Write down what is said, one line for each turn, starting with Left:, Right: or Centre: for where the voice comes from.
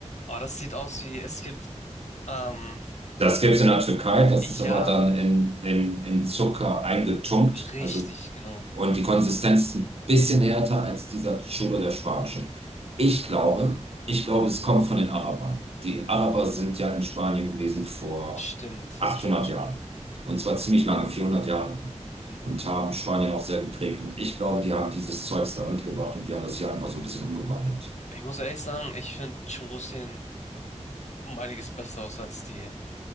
Left: Oh, das sieht aus wie, es gibt, ähm,
Right: Das gibt es in der Türkei, das
Left: ja,
Right: ist aber dann in, in, in Zucker eingetunkt.
Left: richtig,
Right: Also,
Left: genau.
Right: und die Konsistenz ist ein bisschen härter als dieser Churro, der spanische. Ich glaube, ich glaube, es kommt von den Arabern. Die Araber sind ja in Spanien gewesen vor
Left: Stimmt,
Right: 800
Left: stimmt, stimmt.
Right: Jahren. Und zwar ziemlich lange, 400 Jahre lang.
Left: Mhm.
Right: Und haben Spanien auch sehr geprägt. Und ich glaube, die haben dieses Zeugs da mitgebracht und wir haben das hier einfach so ein bisschen umgewandelt.
Left: Ich muss ehrlich sagen, ich finde Churros sehen um einiges besser aus als die